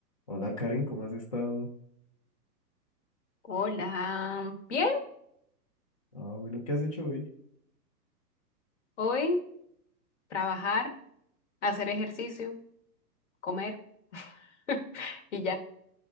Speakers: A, on the left; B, on the left.
A: Hola Karen, ¿cómo has estado?
B: Hola, bien,
A: Ah, bueno, ¿qué has hecho hoy?
B: hoy trabajar, hacer ejercicio, comer <laughs> y ya.